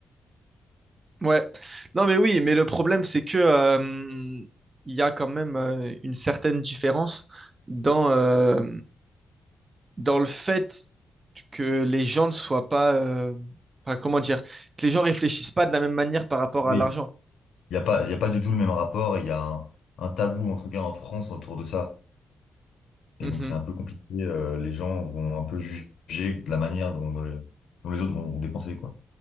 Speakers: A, on the right; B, on the left.
A: Ouais. Non, mais oui, mais le problème, c'est que euh, il y a quand même euh, une certaine différence dans, euh, dans le fait que les gens ne soient pas. euh, enfin, comment dire? Que les gens réfléchissent pas de la même manière par rapport
B: Oui,
A: à l'argent.
B: il n'y a pas, il y a pas du tout le même rapport, il y a un, un tabou, en tout cas en France, autour de ça. Et
A: Mhm.
B: donc, c'est un peu compliqué, euh, les gens vont un peu juger de la manière dont, le- dont les autres vont dépenser, quoi.